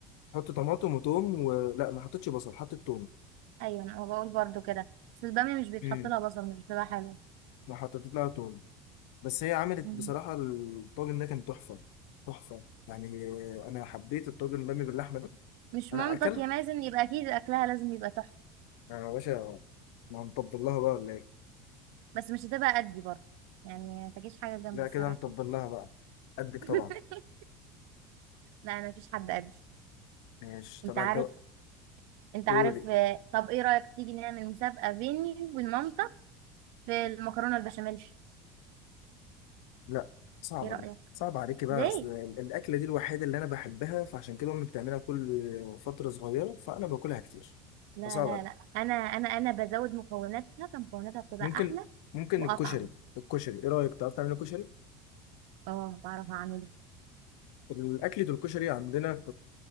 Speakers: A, on the left (about 65°); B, on the right (about 65°).
A: حط طماطم وتوم ولا ما حطيتش بصل حطيت توم
B: أيوة أنا بقول برضو كده بس البامية مش بيتحط
A: امم
B: لها بصل مش بتبقى حلوة
A: ما حطيت لها توم بس هي عملت
B: مم.
A: بصراحة الطاجن ده كان تحفة تحفة يعني أنا حبيت الطاجن بامي باللحمة ده
B: مش
A: أنا
B: مامتك
A: أكلت
B: يا مازن يبقى اكيد اكلها لازم يبقى تحفه
A: يا باشا ما هنطبل لها بقى ولا إيه؟
B: بس مش هتبقى قدي برضه يعني ما تجيش حاجه جنبي
A: لا
B: الصراحه
A: كده هنطبل لها بقى قدك
B: <laughs>
A: طبعا
B: لا انا مفيش حد قدي
A: مش
B: انت
A: تبع
B: عارف
A: الدواء
B: انت
A: قولي
B: عارف آه، طب ايه رايك تيجي نعمل مسابقه بيني وبين مامتك في المكرونه البشاميل
A: لا صعبة
B: ايه رايك
A: دي صعبة عليكي بقى
B: ليه
A: أصل الأكلة دي الوحيدة اللي أنا بحبها فعشان كده أمي بتعملها كل فترة صغيرة فأنا باكلها كتير
B: لا
A: فصعب
B: لا
A: عليك
B: لا انا انا انا بزود مكوناتها فمكوناتها بتبقى
A: ممكن
B: احلى
A: ممكن
B: واطعم
A: الكشري الكشري إيه رأيك تعرف تعمل كشري؟
B: اه بعرف اعمله
A: الأكلة الكشري عندنا